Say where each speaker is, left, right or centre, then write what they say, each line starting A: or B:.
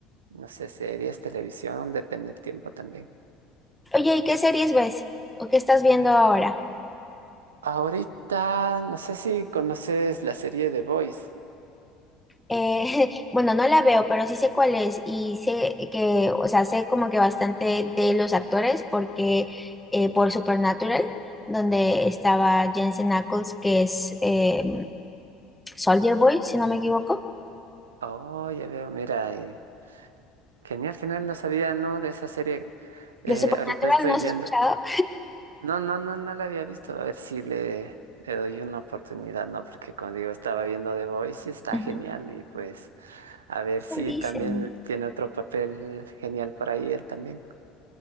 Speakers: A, on the right; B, in the centre.
A: no sé, series, televisión, depende del tiempo también.
B: Oye, ¿y qué series ves? ¿O qué estás viendo ahora?
A: Ahorita, no sé si conoces la serie The Boys.
B: Eh, <laughs> bueno, no la veo, pero sí sé cuál es y sé que, o sea, sé como que bastante de los actores porque eh, por Supernatural, donde estaba Jensen Ackles, que es eh, Soldier Boy, si no me equivoco.
A: Oh, ya veo, mira, eh, genial, genial, no sabía, ¿no? De esa serie. Eh,
B: De Supernatural
A: ahorita estoy
B: no has
A: viendo.
B: escuchado.
A: No, no, no, no la había visto. A ver si le, le doy una oportunidad, ¿no? Porque como digo, estaba viendo The Voice y está
B: Ujú.
A: genial. Y pues, a ver
B: Eso
A: si
B: dicen.
A: también tiene otro papel genial por ahí él también.